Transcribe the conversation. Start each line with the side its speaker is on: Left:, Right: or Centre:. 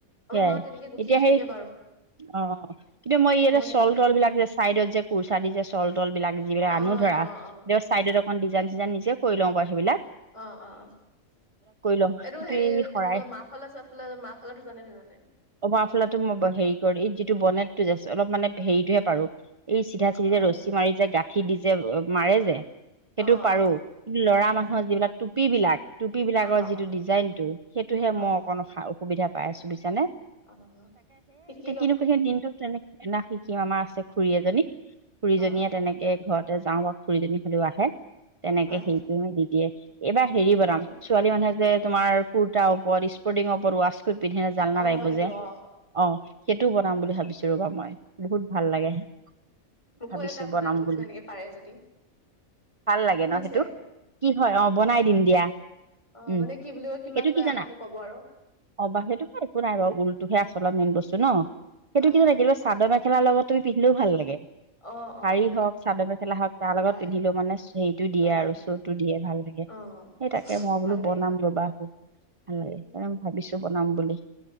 Left: আমাৰ
Right: সেইয়াই
Left: মা তেনেকে গুঠিয়ে
Right: এতিয়া
Left: থাকে
Right: সেই
Left: বাৰু
Right: অ কিন্তু মই ইয়াতে
Left: মইহে
Right: চল
Left: নাজানো
Right: তল বিলাক যে চাইডত যে কুৰ্চা দিছে চল তল বিলাক যিবিলাক আনো
Left: অ
Right: ধৰা
Left: এইটো অ অ
Right: দিয় চাইডত অকণ ডিজাইন চিজাইন নিজেও কৰি লওঁ বা সেই বিলাক
Left: অ-অ-অ,
Right: লওঁ
Left: এইটো
Right: কিন্তু
Left: হেৰি
Right: এই শৰাই
Left: এনেকুৱা মাফালা-চাফালাৰ মাফালাৰটো জানে নে নাজানে?
Right: অ মাফলাটো মই হেৰি কৰি যিটো বনেতটো যে অলপ মানে হেৰিটোহে পাৰো এই চিধা চিধি
Left: অ
Right: যে ৰছী মাৰি যে গাঠি দিছ যে মাৰে যে সেইটো
Left: অ
Right: পাৰো,
Left: অ
Right: কিন্তু লৰা মানুহৰ
Left: অ
Right: যিবিলাক টুপী বিলাক টুপী বিলাকৰ
Left: অ
Right: যিটো
Left: অ
Right: ডিজাইন টো। সেইটোহে
Left: হয়
Right: মই অকণ
Left: হয়
Right: সুবিধা পাই আছো বুইছানে?
Left: অ', সেই
Right: কিনো সেই দিনটো তেনে না কিবা মাছ আছে খুড়ী এজনী খুড়ীজনীয়ে
Left: হয় হয়
Right: তেনেকে ঘৰত। যাওঁ বা খুড়ীজনী হ'লেও আহে তেনেকে
Left: হয় হয়
Right: সেইটো দি দিয়ে। এইবাৰ হেৰি বনাম
Left: হয়
Right: ছোৱালী মানুহে যে তোমাৰ কুৰ্তা ওপৰত স্পৰ্টিংৰ ওপৰত ৱাচ। স্কাৰ্ট পিন্ধিলে জালনাৰ
Left: অ
Right: লাগিব
Left: এইটো
Right: যে
Left: অ
Right: অ' সেইটোও বনাম বুলি ভাবিছো ৰবা মই। বহুত ভাল
Left: অ
Right: লাগে ভাবিছোঁ
Left: মোকো এটা বনাই
Right: বনাম
Left: দিবচোন
Right: বুলি।
Left: এনেকে পাৰে যদি
Right: ভাল লাগে
Left: শুনিছে
Right: ন সেইটো কি হয় অ' বনাই দিম দিয়া,
Left: অ'
Right: উম
Left: মানে কি বুলি কয় কিমান
Right: সেইটো
Left: লয়
Right: কি জানা
Left: আপুনি কব আৰু।
Right: অ' বাহ সেইটো একো নাই বাওঁ ঊলটোহে আচলৰ মেইন বস্তু ন সেইটো
Left: হয়
Right: এখিলা
Left: হয়
Right: কিলা চাদৰ মেঘেলাৰ লগত তুমি পিন্ধিলেও ভাল লাগে।
Left: অ', অ',
Right: শাৰী হওক চাদৰ মেখেলা হওক তাৰ লগত
Left: হয়,
Right: পিন্ধিলেও মানে চুইটো দিয়ে
Left: অ',
Right: আৰু চোৰটো দিয়ে ভাল লাগে।
Left: অ',
Right: সেই তাকে মই
Left: ভাল
Right: বোলো
Left: লাগে
Right: বনাম ৰবা আকৌ। ভাল লাগে সেইকাৰণেই
Left: উম,
Right: ভাবিছো বনাম বুলি,